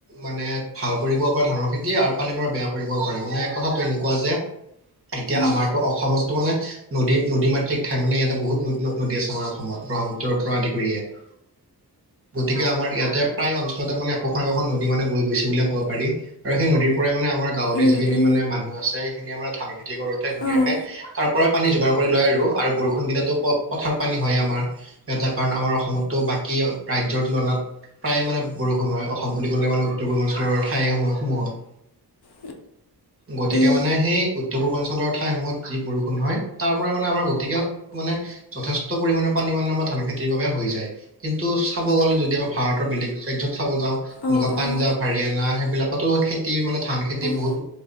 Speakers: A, on the right; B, on the left.
A: মানে ভাল কৰিবও পাৰে ধানৰ খেতি আৰু পানী ধৰা বেয়া কৰিবও পাৰে মানে কথাটো এনেকুৱা যে এতিয়া
B: উম
A: আমাৰতো অসমতো মানে নদী নদী মাতৃক ঠাই মানে ইয়াতে বহুত নদ নদী আছে আমাৰ অসমত ত পৰা আদি কৰিয়ে। গতিকে আমাৰ ইয়াতে প্ৰায় অঞ্চলতে মানে একোখন একোখন নদী মানে বৈ গৈছে বুলি ক'ব পাৰি। আৰু সেই নদীৰ পৰাই মানে আমাৰ গাঁৱলে
B: উম
A: যিখিনি
B: উম
A: মানে মানুহ আছে সেইখিনিয়ে মানে ধান খেতি কৰোতে ধুনীয়াকে
B: অঁ
A: তাৰ পৰাই পানী যোগাৰ কৰি লয় আৰু আৰু বৰষুণ দিলেতো প পথাৰ পানী হয় আমাৰ। এটা কাৰণ আমাৰ অসমতো বাকী ৰাজ্যৰ তুলনাত প্ৰায় মানে বৰষুণ হয় অসম বুলি ক'লে মানে উত্তৰ পূৰ্বাঞ্চলৰ ঠাই সম সমূহত।
B: <unintelligible>
A: গতিকে
B: উম
A: মানে সেই উত্তৰ পূৰ্বাঞ্চলৰ ঠাইসমূহত যি বৰষুণ হয় তাৰ পৰা মানে আমাৰ গতিকে মানে যথেষ্ট পৰিমণৰ পানী মানে আমাৰ ধান খেতিৰ বাবে হৈ যায়। কিন্তু চাব গ'লে যদি আমি ভাৰতৰ বেলেগ ৰাজ্যত চাব যাওঁ যেনেকুৱা
B: অঁ
A: পাঞ্জাৱ
B: অঁ
A: হাৰিয়ানা সেইবিলাক সত খেতি মানে ধান খেতি
B: অঁ
A: বহুত